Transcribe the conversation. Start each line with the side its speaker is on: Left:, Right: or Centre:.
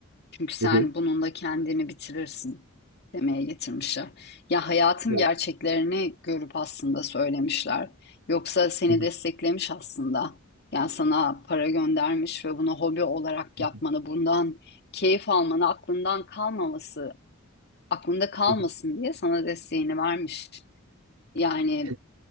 Left: Çünkü sen
Right: hı hı.
Left: bununla kendini bitirirsin demeye getirmişler. Ya hayatın
Right: Evet.
Left: gerçeklerini görüp aslında söylemişler. Yoksa seni
Right: Hı hı,
Left: desteklemiş aslında. Yani sana para göndermiş ve bunu hobi olarak
Right: hı
Left: yapmanı,
Right: hı,
Left: bundan keyif almanı, aklından kalmaması, aklında kalmasın
Right: hı hı.
Left: diye sana desteğini vermiş. Yani
Right: Evet.